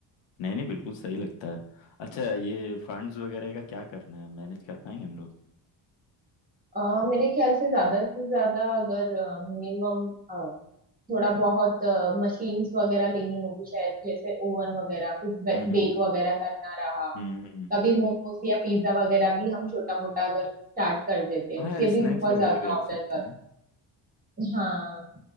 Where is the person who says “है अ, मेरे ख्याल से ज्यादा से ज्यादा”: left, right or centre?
Right